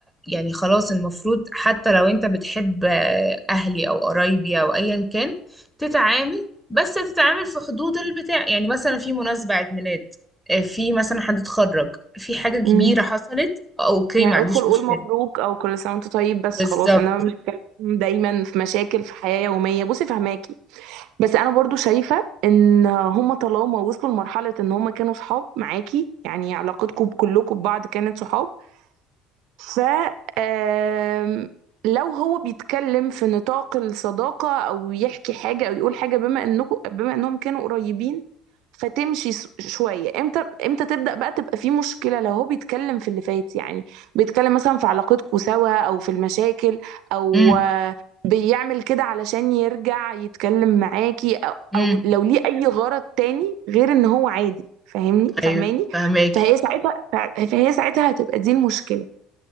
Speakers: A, in the centre; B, on the right.
A: يعني خلاص المفروض حتى لو انت بتحب آه، اهلي او قرايبي او ايا كان تتعامل بس تتعامل في حدود البتاع يعني مثلا في مناسبة عيد ميلاد آه، في مثلا حد اتخرج في حاجة كبيرة
B: امم
A: حصلت اوكي
B: يعني
A: ما عنديش
B: ادخل قول
A: مشكلة
B: مبروك او كل سنه وانت طيب بس
A: بالظبط
B: خلاص انما مش كلام دايما في مشاكل في حياه يوميه بصي فهماكي بس انا برضو شايفه ان هما طالما وصلوا لمرحله ان هما كانوا صحاب معاكي يعني علاقتكم كلكم ببعض كانت صحاب ف آم، لو هو بيتكلم في نطاق الصداقة أو يحكي حاجة أو يقول حاجة بما إنكم بما إنهم كانوا قريبين فتمشي س- شوية امتى امتى تبدأ بقى تبقى في مشكلة لو هو بيتكلم في اللي فات يعني بيتكلم مثلا في علاقتكم سوا أو في المشاكل أو
A: امم
B: آه، بيعمل كده علشان يرجع يتكلم معاكي أو,
A: امم
B: أو لو ليه أي غرض تاني غير إن هو عادي فاهمني فاهماني
A: ايوه فهماكي
B: فهي ساعتها فهي ساعتها هتبقى دي المشكلة